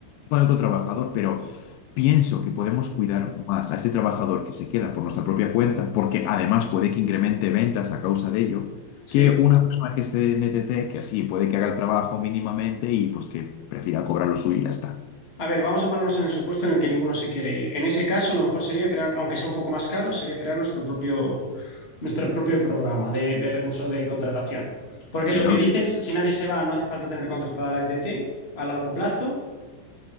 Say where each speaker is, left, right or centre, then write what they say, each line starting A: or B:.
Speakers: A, on the left; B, on the left.
A: con otro trabajador, pero Pienso que podemos cuidar más a este trabajador que se queda por nuestra propia cuenta, porque además puede que incremente ventas a causa de ello,
B: sí.
A: que una persona que esté en ETT, que así puede que haga el trabajo mínimamente y pues que prefiera cobrar lo suyo y ya está.
B: A ver, vamos a ponernos en el supuesto en el que ninguno se quiere ir. En ese caso, lo mejor sería crear, aunque sea un poco más caro, sería crear nuestro propio nuestro propio programa de, de recursos de contratación. Porque
A: Y
B: es lo
A: no
B: que
A: lo...
B: dices, si nadie se va, no hace falta tener contratada la ETT a largo plazo.